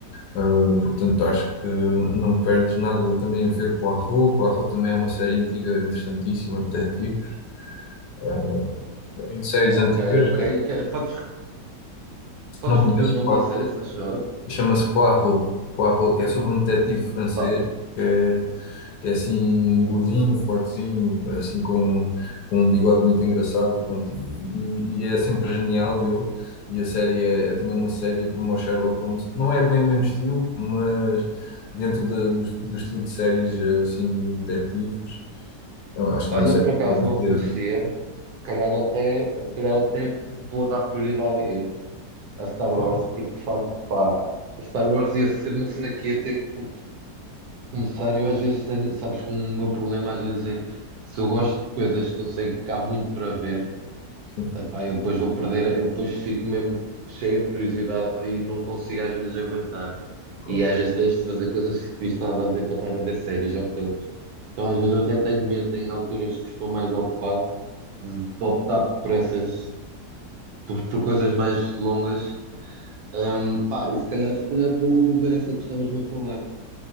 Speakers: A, on the left; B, on the right.
A: Uh, portanto, acho que não perdes nada também a ver Poirot. Poirot também é uma série antiga interessantíssima, de detetives. Uh, em séries
B: Ok,
A: antigas,
B: ok. Que- Podes, podes
A: não conheces
B: repetir o nome da série, se faz favor?
A: chama-se Poirot. Poirot, que é sobre um detetive francês,
B: Lá.
A: que é, que é assim gordinho, fortezinho, assim com, com um bigode muito engraçado, pronto, e, e é sempre genial ele. E a série é, é também uma série como o Sherlock Holmes, não é bem o mesmo estilo, mas dentro da- do, do estilo de séries assim de detetives, eu acho que
B: Olha,
A: é uma série
B: por
A: de
B: acaso
A: grande
B: não
A: qualidade.
B: conhecia. Se calhar até, se calhar até vou dar prioridade a esse, a Star
A: Claro.
B: Wars, porque de facto, pá, Star Wars ia ser uma cena que ia ter que começar. Eu às vezes tenho, sabes que o meu problema às vezes é se eu gosto de coisas que eu sei que há muito para ver.
A: Sim,
B: Epá, eu depois vou perder, eu depois fico mesmo cheio de curiosidade e não consigo às vezes aguentar.
A: claro.
B: E às vezes deixo de fazer coisas que devia estar a fazer para estar a ver séries ou filmes. Então às vezes eu até tenho medo, em alturas que estou mais ocupado, de de optar por essas, por, por coisas mais longas. Hum, pá, e se calhar, se calhar vou, vou ver essa que estavas-me a falar.